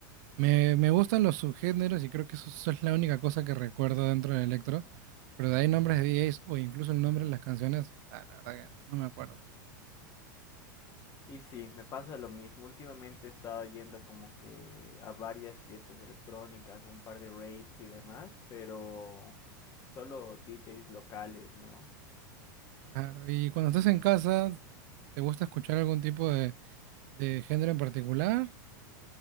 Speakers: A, on the right (about 60°); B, on the left (about 30°).
A: Me, me gustan los subgéneros y creo que eso, eso es la única cosa que recuerdo dentro del electro, pero de ahí nombres de DJs o incluso el nombre de las canciones, ah, la verdad que no me acuerdo.
B: y sí, me pasa lo mismo. Últimamente he estado yendo como que a varias fiestas electrónicas, a un par de raves y demás, pero solo DJs locales, ¿no?
A: Claro, y cuando estás en casa, ¿te gusta escuchar algún tipo de, de género en particular?